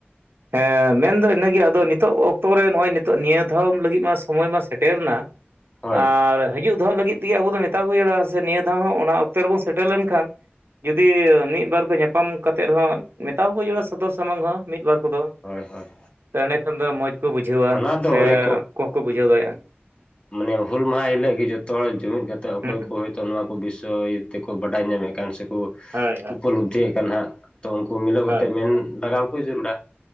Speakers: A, on the right; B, on the left.
A: ᱦᱮᱸ ᱢᱮᱱᱫᱚ ᱤᱱᱟᱹᱜᱮ ᱟᱫᱚ ᱱᱤᱛᱚᱜ ᱚᱠᱛᱚ ᱨᱮ ᱱᱚᱜᱼᱚᱭ ᱱᱤᱛᱚᱜ ᱱᱤᱭᱟᱹ ᱫᱷᱟᱣ ᱞᱟᱹᱜᱤᱫ ᱢᱟ ᱥᱚᱢᱚᱭ ᱢᱟ ᱥᱮᱴᱮᱨᱮᱱᱟ
B: ᱦᱳᱭ
A: ᱟᱨ ᱦᱤᱡᱩᱜ ᱫᱷᱟᱣ ᱞᱟᱹᱜᱤᱫ ᱛᱮᱜᱮ ᱟᱵᱚ ᱫᱚ ᱢᱮᱛᱟ ᱠᱚ <unintelligible> ᱱᱤᱭᱟᱹ ᱫᱷᱟᱣ ᱦᱚᱸ ᱚᱱᱟ ᱚᱠᱛᱮ ᱨᱮᱵᱚᱱ ᱥᱮᱴᱮᱨ ᱞᱮᱱᱠᱷᱟᱱ ᱡᱩᱫᱤ ᱢᱤᱫ ᱵᱟᱨ ᱠᱚ ᱧᱟᱯᱟᱢ ᱠᱟᱛᱮᱫ ᱨᱮᱦᱚᱸ ᱢᱮᱛᱟᱣᱟᱠᱚ ᱡᱟᱹᱨᱩᱲᱟᱹ ᱥᱚᱫᱚᱨ ᱥᱟᱢᱟᱝᱚᱜᱼᱟ ᱢᱤᱫ-ᱵᱟᱨ ᱠᱚᱫᱚ
B: ᱦᱳᱭ ᱦᱳᱭ
A: ᱮᱸᱰᱮ ᱠᱷᱟᱱ ᱫᱚ ᱢᱚᱡᱽ ᱠᱚ ᱵᱩᱡᱷᱟᱹᱣᱟ
B: ᱚᱱᱟ ᱫᱚ
A: ᱥᱮ
B: ᱚᱱᱮ
A: ᱠᱩ ᱦᱚᱸ ᱠᱚ ᱵᱩᱡᱷᱟᱹᱣ ᱫᱟᱲᱮᱭᱟᱜᱼᱟ᱾
B: ᱢᱟᱱᱮ ᱦᱩᱞ ᱢᱟᱦᱟᱸ ᱦᱤᱞᱟᱹᱜ ᱜᱤ ᱡᱚᱛᱚ ᱦᱚᱲ ᱡᱩᱢᱤᱫ ᱠᱟᱛᱮ ᱚᱠᱚᱭ
A: ᱦᱩᱸ
B: ᱠᱚ ᱱᱚᱣᱟ ᱠᱚ ᱵᱤᱥᱚᱭ ᱛᱮᱠᱚ ᱵᱟᱰᱟᱭ ᱧᱟᱢᱮᱫ ᱠᱟᱱ ᱥᱮᱠᱚ
A: ᱦᱳᱭ ᱦᱳᱭ
B: ᱩᱯᱚᱞᱚᱵᱽᱫᱷᱤᱭᱮᱫ ᱠᱟᱱ ᱦᱟᱸᱜ ᱛᱚ ᱩᱱᱠᱩ ᱢᱤᱞᱟᱹᱣ
A: ᱦᱳᱭ
B: ᱠᱟᱛᱮᱜ ᱢᱮᱱ ᱞᱟᱜᱟᱣ ᱠᱚ ᱡᱟᱹᱨᱩᱲᱟ